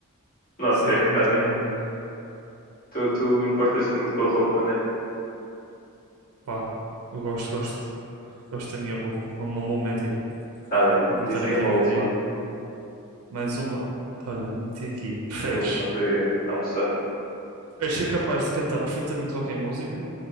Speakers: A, on the left; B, on the right.
A: Não, ok,
B: Sem dúvida
A: está
B: eu tenho
A: bem.
B: o meu armário.
A: Tu, tu importas-te muito com a roupa, né?
B: Pá, eu gosto, gosto. Gosto da minha roupa. Não, não vou mentir.
A: Está bem, mano.
B: Não vou
A: Diz
B: estar
A: aí
B: aqui
A: uma
B: a mentir.
A: última.
B: Mais uma. Olha, meti aqui. Preferes?
A: A última para ir almoçar.
B: Preferes ser capaz de cantar perfeitamente qualquer música